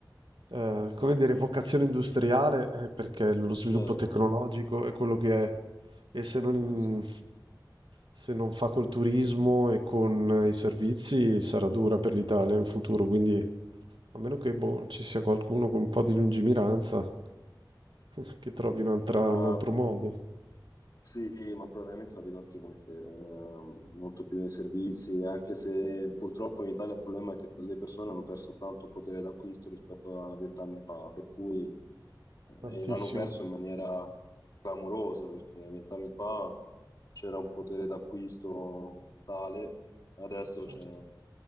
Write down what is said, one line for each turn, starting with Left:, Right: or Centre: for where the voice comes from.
Right: eh, come dire, vocazione industriale, eh, perché lo sviluppo
Left: certo,
Right: tecnologico è quello che è, e se non, in-
Left: eh sì.
Right: se non fa col turismo e con i servizi sarà dura per l'Italia in futuro, quindi a meno che boh, ci sia qualcuno con un po' di lungimiranza <laughs> che trovi un'altra-
Left: No,
Right: un altro modo,
Left: Sì, ma probabilmente la vedo anche come te, ehm, molto più nei servizi, anche se purtroppo in Italia il problema è che le persone hanno perso tanto potere d'acquisto rispetto a vent'anni fa, per cui
Right: tantissimo,
Left: eh, e l'hanno perso in maniera clamorosa, perché vent'anni fa c'era un potere d'acquisto tale, adesso
Right: certo.
Left: c'è